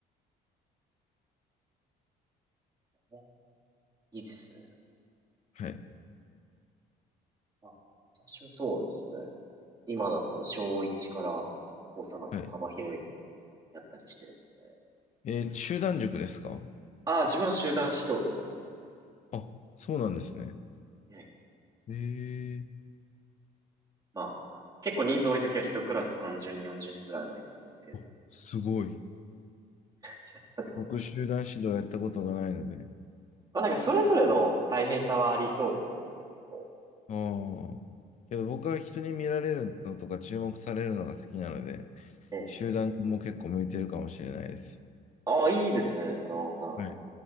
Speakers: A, on the right; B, on the left.
A: え。ねいいですね。
B: はい。
A: あ、私はそうですね。今だと小1から高3まで幅広いですけど、
B: はい。
A: やったりしてるので。
B: えー集団塾ですか
A: ああ、自分は集団指導です
B: あ、そうなんですね。
A: ね。ええ。
B: ええ
A: まあ、結構人数多いときは一クラス30人、40人ぐらいはいるんですけれど。
B: あ、すごい。
A: <laughs> でも、
B: 僕、集団指導やったことがないので。
A: まあなんかそれぞれの大変さはありそうですよね、結構。
B: ああ。けど僕は人に見られるのとか注目されるのが好きなので、
A: ええ。
B: 集団も結構向いてるかもしれないです。
A: ああ、いいですね、それはま
B: はい。